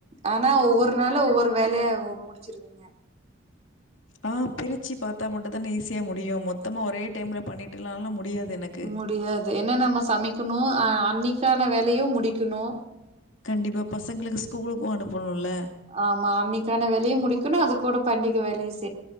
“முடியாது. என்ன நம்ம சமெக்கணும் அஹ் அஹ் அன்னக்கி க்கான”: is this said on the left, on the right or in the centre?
Right